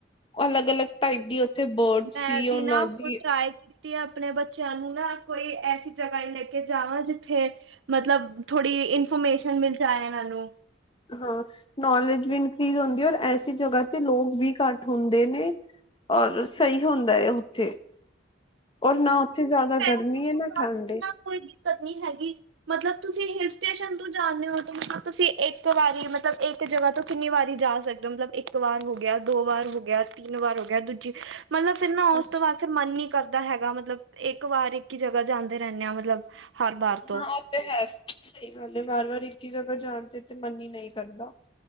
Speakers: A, on the left (about 30°); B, on the right (about 90°).
A: ਅਲੱਗ, ਅਲੱਗ ਟਾਈਪ ਦੀ ਬਰਡ
B: ਮੈਂ
A: ਸੀ ਉਹਨਾਂ
B: ਵੀ ਨਾ ਹੁਣ
A: ਦੀ
B: ਟਰਾਈ ਕੀਤੀ ਆਪਣੇ ਬੱਚਿਆਂ ਨੂੰ ਨਾ ਕੋਈ ਐਸੀ ਜਗ੍ਹਾ ਲੈ ਕੇ ਜਾਵਾਂ ਜਿੱਥੇ ਮਤਲਬ ਥੋੜ੍ਹੀ ਇਨਫੋਰਮੇਸ਼ਨ ਮਿਲ ਜਾਏ ਇਹਨਾਂ ਨੂੰ।
A: ਹਾਂ ਨੌਲੇਜ ਵੀ ਇਨਕਰੀਜ਼ ਹੁੰਦੀ ਔਰ ਐਸੀ ਜਗ੍ਹਾ ਤੇ ਲੋਕ ਵੀ ਘੱਟ ਹੁੰਦੇ ਨੇ। ਔਰ ਸਹੀ ਹੁੰਦਾ ਏ ਉੱਥੇ। ਔਰ ਨਾ ਉੱਥੇ ਜ਼ਿਆਦਾ
B: ਪੈਸੇ
A: ਗਰਮੀ
B: ਦੇਣ
A: ਏ ਨਾ
B: ਵਾਸਤੇ
A: ਠੰਡ
B: ਵੀ
A: ਏ।
B: ਨਾ ਕੋਈ ਦਿੱਕਤ ਨਹੀਂ ਹੈਗੀ। ਮਤਲਬ ਤੁਸੀਂ ਹਿਲ ਸਟੇਸ਼ਨ ਤੋਂ ਜਾਂਦੇ ਹੋ ਤੁਸੀਂ ਇੱਕ ਵਾਰੀ ਮਤਲਬ ਇਕ ਇੱਕ ਜਗ੍ਹਾ ਤੋਂ ਕਿੰਨੀ ਵਾਰੀ ਜਾ ਸਕਦੇ ਹੋ ਮਤਲਬ ਇੱਕ ਵਾਰ ਹੋ ਗਿਆ ਦੋ ਵਾਰ ਹੋ ਗਿਆ ਤਿੰਨ ਵਾਰ ਹੋ ਗਿਆ ਦੂਜੀ ਮਤਲਬ ਫਿਰ ਨਾ
A: ਹਾਂਜੀ
B: ਉਸ ਤੋਂ ਬਾਅਦ ਫਿਰ ਮਨ ਨੀ ਕਰਦਾ। ਦਾ ਹੈਗਾ ਮਤਲਬ ਇੱਕ ਵਾਰ ਇੱਕ ਹੀ ਜਗ੍ਹਾ ਜਾਂਦੇ ਰਹਿੰਦੇ ਆ ਮਤਲਬ ਹਰ ਵਾਰ ਤੋਂ
A: ਹਾਂ ਉਹ ਤੇ ਹੈ ਸਹੀ ਗੱਲ ਹੈ ਵਾਰ, ਵਾਰ ਇੱਕ ਹੀ ਜਗ੍ਹਾ ਜਾਣ ਤੇ ਤੇ ਮਨ ਹੀ ਨਹੀਂ ਕਰਦਾ।